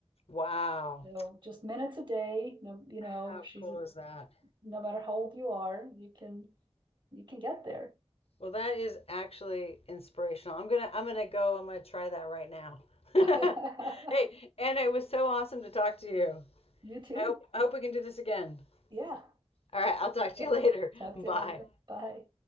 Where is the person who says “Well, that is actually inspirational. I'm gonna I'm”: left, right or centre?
Left